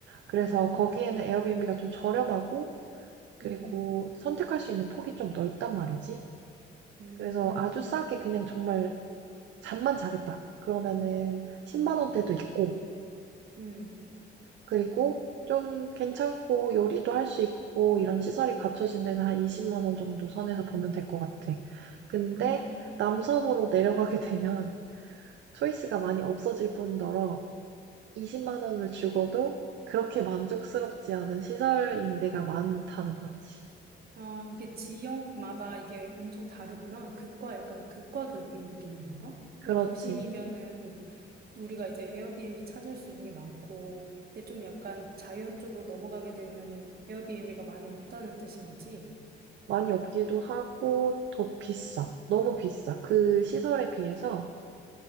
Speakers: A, on the right (about 65°); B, on the right (about 50°).
A: 그래서
B: 음,
A: 거기에는 에어비앤비가 좀 저렴하고, 그리고
B: 음,
A: 선택할 수 있는 폭이 좀 넓단 말이지.
B: 음,
A: 그래서 아주 싸게 그냥 정말 잠만 자겠다. 그러면은 10만 원대도 있고,
B: 음,
A: 그리고 좀 괜찮고 요리도 할 수 있고 이런 시설이 갖춰진 데는 한 20만 원 정도 선에서 보면 될 것 같아. 근데
B: 음.
A: 남섬으로 내려가게 되면 초이스가 많이 없어질 뿐더러 20만 원을 주고도 그렇게 만족스럽지 않은 시설인 데가 많다는 거지.
B: 아, 이게 지역마다 이게 엄청 다르구나. 극과 약간 극과 극인 느낌인 건가?
A: 그렇지.
B: 좀 도심이면은 우리가 이제 에어비앤비 찾을 수 있는 게 많고, 이제 좀 약간 자연 쪽으로 넘어가게 되면은 에어비앤비가 많이 없다는 뜻인 거지.
A: 많이 없기도 하고 더 비싸. 너무 비싸. 그 시설에 비해서